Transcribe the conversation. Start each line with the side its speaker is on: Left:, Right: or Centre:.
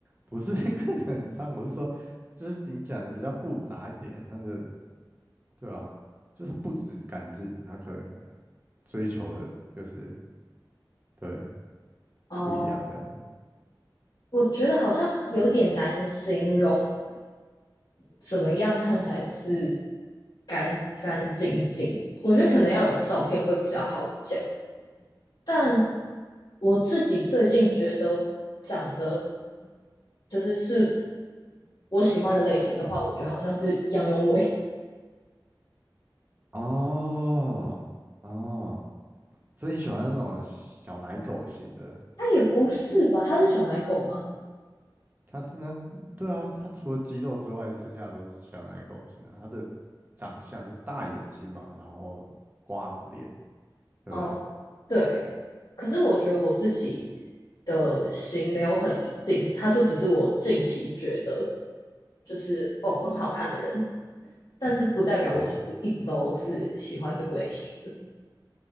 Right: 不是 <laughs> 看起来很脏，我是说，就是你讲的比较复杂一点，他的对啊，就是不止干净，他可能追求的就是对
Left: <laughs> 哦，
Right: 不一样这样子。
Left: uh, 我觉得好像有点难形容，怎么样看起来是干干净净？我觉得可能要有照片会比较好讲。但我自己最近觉得长得就是是我喜欢的类型的话，我觉得好像是杨永伟，
Right: 哦哦，所以你喜欢那种小奶狗型的？
Left: 他也不是吧？他是小奶狗吗？
Right: 它是那，对啊，它除了肌肉之外，剩下的都是小奶狗型的。它的长相就是大眼睛嘛，然后瓜子脸，对不对？
Left: 哦，对。可是我觉得我自己的型没有很一定，他就只是我近期觉得就是哦很好看的人，但是不代表我就是一直都是喜欢这个类型的。
Right: 哦，